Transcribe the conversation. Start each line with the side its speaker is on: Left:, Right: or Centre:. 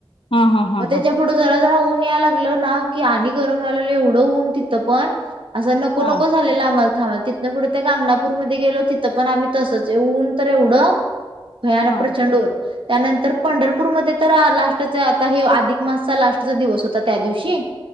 Left: हा हा हा
Right: म त्याच्यापुठ
Left: हा हा
Right: जरा जरा ऊन ऊन याला लागलं ना, की आणि गरम व्हायला लागलं, एवढं ऊन तिथंपण असं नको,
Left: हा
Right: नको झालेलं आम्हाला थांबाय तिथनं पुढे त्या गागनापूरमध्ये गेलो तिथं पण आम्ही तसंच, ऊन तर एवढं भयानक
Left: हा
Right: प्रचंड ऊन त्यानंतर पंढरपूरमध्ये तर लास्टच, आता हे अधिक मासचा लास्टचा दिवस होता, त्या दिवशी